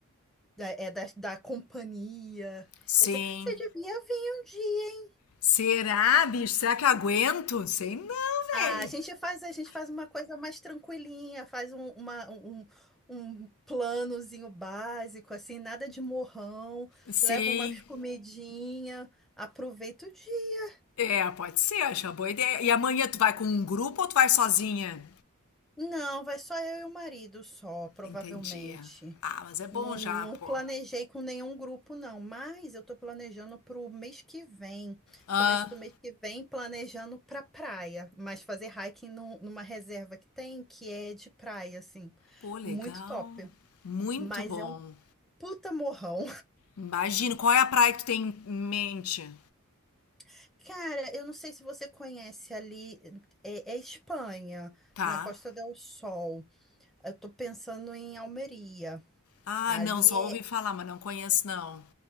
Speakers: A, in the centre; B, on the left (about 75°).
A: da, é, da, da companhia,
B: sim.
A: etc. Você devia vir um dia.
B: Será, bicho? Será que eu aguento? Sei não,
A: Ah,
B: velho.
A: a gente faz, a gente faz uma coisa mais tranquilinha, faz um, uma- um, um planozinho básico, assim, nada de morrão,
B: Sim.
A: leva umas comidinha, aproveita o dia.
B: É, pode ser, acho uma boa ideia. E amanhã tu vai com um grupo ou tu vai sozinha?
A: Não, vai só eu e o marido, só, provavelmente.
B: Entendi. Ah, mas é bom
A: Não,
B: já,
A: não
B: pô.
A: planejei com nenhum grupo, não, mas eu tô planejando para o mês que vem,
B: Ah,
A: começo do mês que vem, planejando para praia, mas fazer hiking num- numa reserva que tem, que é de praia, assim,
B: pô, legal.
A: muito top,
B: Muito
A: mas
B: bom.
A: é um puta morrão.
B: Imagino. Qual é a praia que tu tem em mente?
A: <laughs> Cara, eu não sei se você conhece ali, é, é Espanha,
B: Tá.
A: na Costa del Sol, eu tô pensando em Almeria,
B: Ah,
A: ali
B: não, só ouvi
A: é-
B: falar, mas não conheço, não.